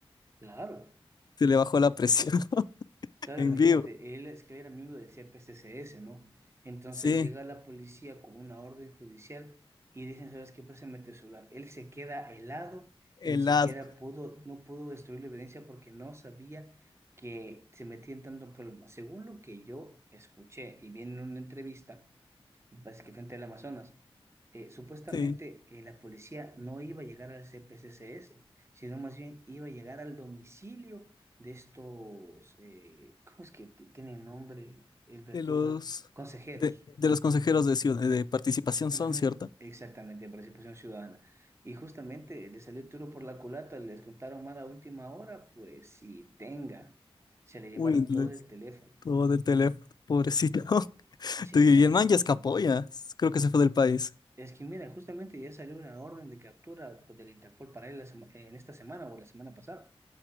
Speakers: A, on the right; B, on the left.
A: Claro.
B: se le bajó la presión <laughs>
A: Claro,
B: en
A: imagínate,
B: vivo.
A: él es que era miembro del CPCCS, ¿no? Entonces
B: Sí,
A: llega la policía con una orden judicial y dicen, ¿sabes qué? Préstame tu celular. Él se queda helado
B: helado.
A: y ni siquiera pudo, no pudo destruir la evidencia porque no sabía que se metía en tanto problema. Según lo que yo escuché y vi en una entrevista, pues, que frente al Amazonas. eh, supuestamente
B: Sí.
A: eh, la policía no iba a llegar al CPCCS, sino más bien iba a llegar al domicilio de estos, eh, ¿cómo es que t- tiene nombre el Verduga?
B: de los
A: Consejeros.
B: de, de los consejeros de, ciu- de participación
A: Ujú,
B: son, ¿cierto?
A: exactamente, de participación ciudadana. Y justamente le salió el tiro por la culata, les contaron mal a última hora, pues si tenga, se le llevaron
B: Uy,
A: todo
B: les-
A: el teléfono.
B: todo del teléfono, pobrecito. <laughs>
A: Sí,
B: Tu- Y
A: la
B: el
A: verdad,
B: man ya escapó
A: complicado.
B: ya, creo que se fue del país.
A: Es que mira, justamente ya salió una orden de captura del Interpol para él la sema- eh, en esta semana o la semana pasada.